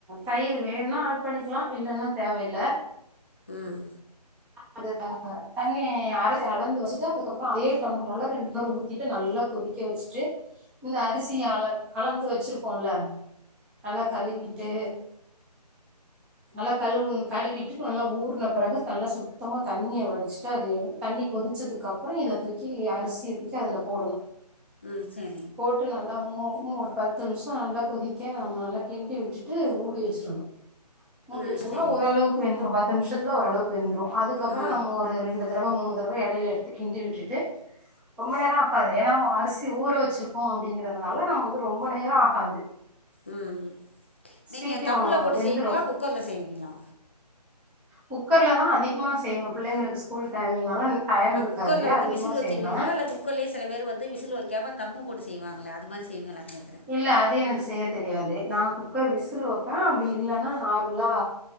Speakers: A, in the centre; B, on the left (about 15°).
A: தயிர் வேணுனா ஆட் பண்ணிக்கலா இல்லன்னா தேவயில்ல
B: ம்
A: அது தண்ணி அரசி அளந்து வச்சுட்டு அதுக்கப்புறோ அதே டம்ளர்ல ரெண்டு பேரு ஊத்திட்டு நல்லா கொதிக்க க்க வச்சுட்டு இந்த அரிசி அ அலந்து வச்சிருப்போல்ல நல்லா கலுவிட்டு நல்லா கழுவனு கழுவிட்டு நல்லா ஊர்ன பெறகு நல்லா சுத்தமா தண்ணிய வடிச்சுட்டு அது எடு தண்ணி கொதிச்சது அப்புற இத தூக்கி அரிசிய தூக்கி அதுல போடணு
B: ம் சரி
A: போட்டு நல்லா மூ ஒரு பத்து நிமிஷ நல்லா கொதிக்க நம்ம நல்லா கிண்டி விட்டுட்டு மூடி வச்சுருணு மூடி
B: ஆ
A: வச்சோம்னா
B: சரி
A: ஓரளவுக்கு வெந்துரு பத்து நிமிஷத்துல ஓரளவுக்கு வெந்துரு அதுக்கப்புற
B: ஆ
A: நம்ம ஒரு ரெண்டு தடவ மூணு தடவ எடையில எடுத்து கிண்டி விட்டுட்டு ரொம்ப நேர ஆகாது ஏன்னா அரிசி ஊற வச்சிருக்கோ அப்படிங்கிறதுனால நம்ம வந்து ரொம்ப நேரோ ஆகாது
B: ம் நீங்க
A: சீக்கிரம்
B: தம்ள போட்டு
A: வெந்துடும்
B: செய்வீங்களா குக்கர்ல செய்வீங்களா
A: குக்கர்ல தா அதிகமாக செய்வோ பிள்ளைங்களுக்கு ஸ்கூல் டைமிங்னால டைம்
B: ஆன
A: இருக்காது
B: குக்கர்ல வந்து
A: அதிகமா
B: விசில் வச்சிருவீங்களா
A: செய்வேன்
B: இல்ல குக் கர்லயே சில பேர் வந்து விசில் வைக்காம தம்மு போட்டு செய்வாங்கள அதுமாரி செய்வீங்களானு கேக்குற
A: இல்ல அது எனக்கு செய்ய தெரியாது நா குக்க விசில் வைப்ப அப்டி இல்லனா நார்மலா